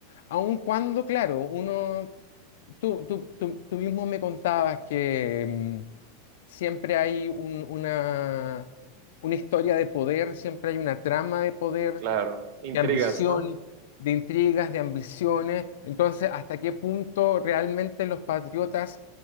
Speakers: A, on the left (about 70°); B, on the right (about 40°).
A: Aun cuando, claro, uno, tú, tú- tú- tú mismo me contabas que mm, siempre hay un- una, una historia de poder, siempre hay una trama de poder,
B: claro. Intrigas,
A: de ambición,
B: ¿no?
A: de intrigas, de ambiciones. Entonces, ¿hasta qué punto realmente los patriotas